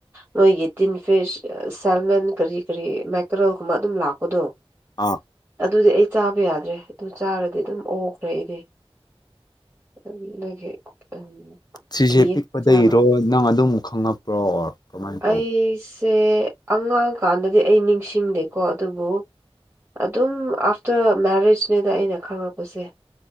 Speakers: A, on the right (about 20°); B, on the left (about 40°).
A: ꯃꯣꯏꯒꯤ ꯇꯤꯟ ꯐꯤꯁ ꯁꯦꯜꯃꯦꯟ ꯀꯔꯤ ꯀꯔꯤ ꯃꯥꯏꯀ꯭ꯔꯣꯒꯨꯝꯕ ꯑꯗꯨꯝ ꯂꯥꯛꯄꯗꯣ
B: ꯑꯥ
A: ꯑꯗꯨꯗꯤ ꯑꯩ ꯆꯥꯕ ꯌꯥꯗ꯭ꯔꯦ ꯑꯗꯨ ꯆꯥꯔꯗꯤ ꯑꯗꯨꯝ ꯑꯣꯈ꯭ꯔꯦ ꯑꯩꯗꯤ <unintelligible>
B: ꯁꯤꯁꯦ
A: ꯀꯤꯌꯦ
B: ꯄꯤꯛꯄꯗꯩꯔꯣ
A: ꯆꯥꯕ
B: ꯅꯪ ꯑꯗꯨꯝ ꯈꯪꯉꯛꯄ꯭ꯔꯣ ꯑꯣꯔ ꯀꯃꯥꯏꯅ ꯇꯧ
A: ꯑꯩꯁꯦ ꯑꯉꯥꯡꯀꯥꯟꯗꯗꯤ ꯑꯩ ꯅꯤꯡꯁꯤꯡꯗꯦꯀꯣ ꯑꯗꯨꯕꯨ ꯑꯗꯨꯝ ꯑꯥꯐꯇꯔ ꯃꯦꯔꯤꯌꯦꯖꯅꯦꯗ ꯑꯩꯅ ꯈꯪꯉꯛꯄꯁꯦ